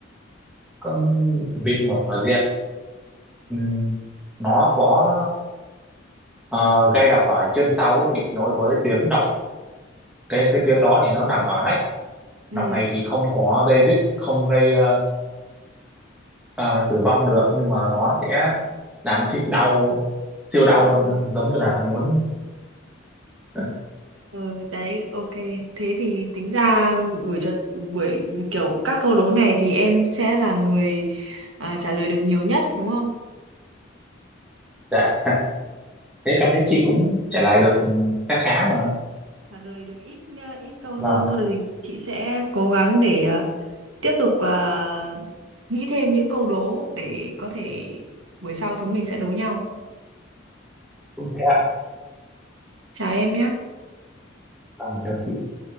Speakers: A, in the centre; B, on the right.
A: con vịt mỏ dẹt ừm, nó có ờ, gây độc ở chân sau ấy chị nối với tuyến độc cái cái tuyến đó thì nó nằm ở nách
B: Ừ.
A: nọc này thì không có gây giết không gây ờ, ờ, tử vong được nhưng mà nó sẽ làm cho chị đau siêu đau
B: Ờ,
A: luôn giống như
B: ok.
A: là muốn <laughs>
B: Ừ, đấy ok thế thì tính ra buổi trò buổi kiểu các câu đố này thì em sẽ là người ờ, trả lời được nhiều nhất đúng không?
A: dạ thế em thấy chị cũng trả lời được khá khá mà
B: Trả lời được ít ờ, ít câu hơn
A: vâng
B: thôi
A: vâng,
B: thì chị sẽ cố gắng để ờ, tiếp tục ờ, nghĩ thêm những câu đố để có thể buổi sau chúng mình sẽ đố nhau.
A: cũng thế ạ
B: Chào em nhé.
A: vâng chào chị